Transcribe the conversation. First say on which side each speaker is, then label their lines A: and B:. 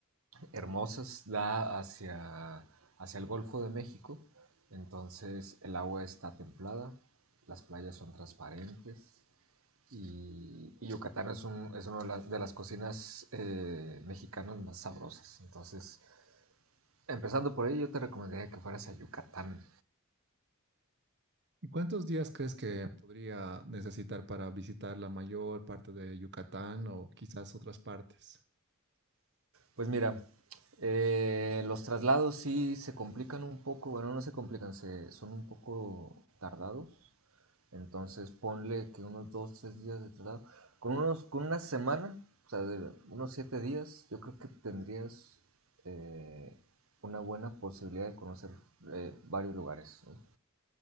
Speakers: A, on the right (about 70°); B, on the right (about 55°).
A: Hermosas da hacia, hacia el Golfo de México, entonces el agua está templada, las playas son transparentes y, y Yucatán es, un- es una de, la- de las cocinas eh, mexicanas más sabrosas. Entonces, empezando por ahí, yo te recomendaría que fueras a Yucatán.
B: ¿Y cuántos días crees que podría necesitar para visitar la mayor parte de Yucatán o quizás otras partes?
A: Pues mira, eh, los traslados sí se complican un poco, bueno, no se complican, se, son un poco tardados Entonces ponle que unos dos, tres días de traslado. Con unos, con una semana, o sea, de unos siete días, yo creo que tendrías eh, una buena posibilidad de conocer eh, varios lugares. ¿no?